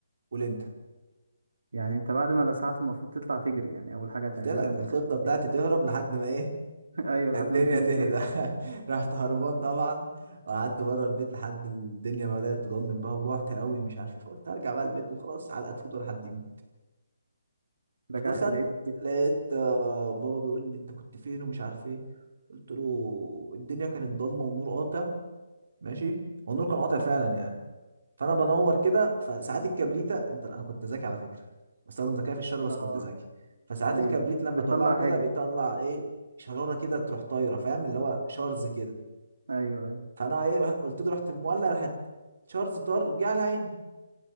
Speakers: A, on the right; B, on the right.
A: قول انت
B: يعني انت بعد ما لسعته المفروض تطلع تجري يعني اول حاجة هتعملها
A: قلت لك
B: انك
A: الخطه بتاعتي
B: تجري
A: تهرب لحد ما ايه
B: <laughs> ايوه لحد
A: الدنيا
B: ما الدنيا
A: تهدى
B: تهدي
A: <laughs> رحت هربان طبعا وقعدت بره البيت لحد الدنيا ما بدات تضلم بقى وجعت قوي مش عارف ايه فقلت هرجع بقى البيت وخلاص علقه تفوت ولا حد يموت
B: رجعت
A: فدخلت
B: لقيت
A: لقيت آه، بابا بيقول لي انت كنت فين ومش عارف ايه قلت له الدنيا كانت ضلمه والنور قاطع ماشي والنور كان قاطع فعلا يعني فانا بنور كده فساعات الكبريتة انت انا كنت ذكي على فكره بستخدم ذكاء في الشر بس
B: اه
A: كنت ذكي فساعات
B: ايوه
A: الكبريت لما
B: بتطلع
A: تولعه كده
B: حاجة
A: بيطلع ايه شراره كده تروح طايره فاهم اللي هو شارز كده
B: ايوه أيوه.
A: فانا ايه رح- قلت له رحت مولع راحت شارز طار جه على عينه